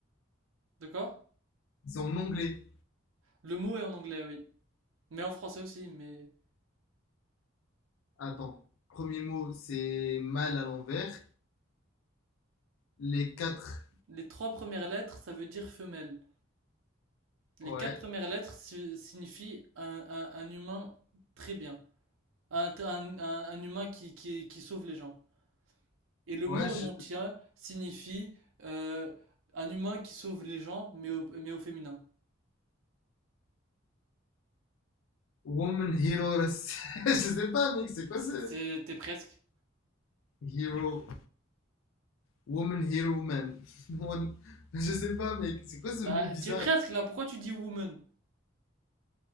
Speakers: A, on the right; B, on the left.
A: D'accord?
B: C'est en anglais.
A: Le mot est en anglais, oui. Mais en français aussi, mais
B: Attends. Premier mot, c'est mâle à l'envers. Les quatre.
A: les trois premières lettres, ça veut dire femelle. Les
B: Ouais.
A: quatre premières lettres si- signifient un, un- un humain très bien, un, un- un- un humain qui, qui- qui sauve les gens. Et le
B: Ouais,
A: mot
B: je...
A: en entier signifie euh, un humain qui sauve les gens, mais au, mais au féminin.
B: Woman heroes. <laughs> je sais pas, mec, c'est quoi
A: C'est-
B: ça?
A: T'es presque.
B: Hero, woman, hero, man. <laughs> Woman- Je sais pas, mec. C'est quoi ce
A: Bah,
B: mot bizarre?
A: t'es presque là. Pourquoi tu dis woman?